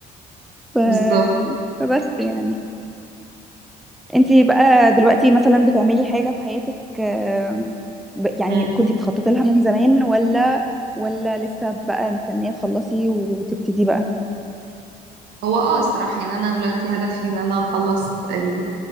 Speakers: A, in the centre; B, on the right (about 75°).
A: <laughs> ف...
B: بالظبط
A: فبس يعني انتي بقى دلوقتي مثلا بتعملي حاجة في حياتك آم، ب... يعني
B: بنت
A: كنتي بتخططي لها من زمان ولا ولا لسه بقى مستنية تخلصي وتبتدي بقى
B: هو اه الصراحة يعني أنا دلوقتي هدفي إن أنا أخلص ال-